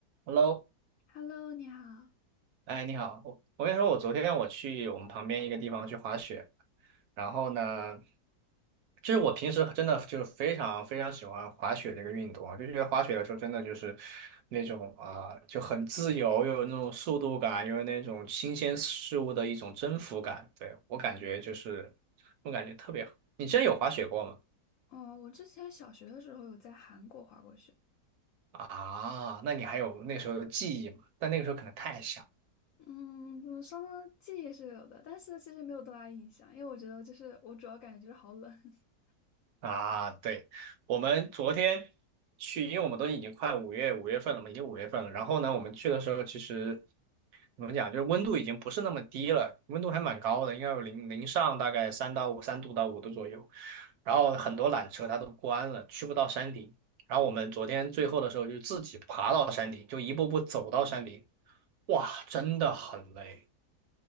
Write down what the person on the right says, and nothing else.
Hello，
哎，你好，我我跟你说，我昨天我去我们旁边一个地方去滑雪，然后呢，就是我平时真的就是非常非常喜欢滑雪这个运动啊，就觉得滑雪的时候真的就是那种啊、就很自由，又有那种速度感，又有那种新鲜事物的一种征服感，对，我感觉就是我感觉特别好。你之前有滑雪过吗？
啊，那你还有那时候的记忆吗？但那个时候可能太小。
啊，对，我们昨天去，因为我们都已经快五月五月份了嘛，已经五月份了。然后呢，我们去的时候其实怎么讲，就是温度已经不是那么低了，温度还蛮高的，应该有零零上大概三到五三度到五度左右。然后很多缆车它都关了，去不到山顶。然后我们昨天最后的时候就自己爬到山顶，就一步步走到山顶，哇，真的很累。